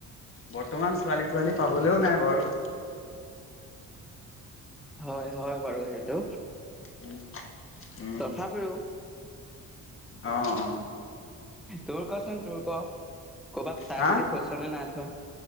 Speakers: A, on the left (about 45°); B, in the centre.
A: বৰ্তমান ছোৱালী তোৱালী পাবলৈও নাই বাৰু।
B: হয় হয় বাৰু সেইটো
A: উম উম
B: তথাপিও
A: অ অ
B: তোৰ কচোন তোৰ ক ক'ৰবাত চাই
A: হা
B: মেলি থৈছ নে নাই থোৱা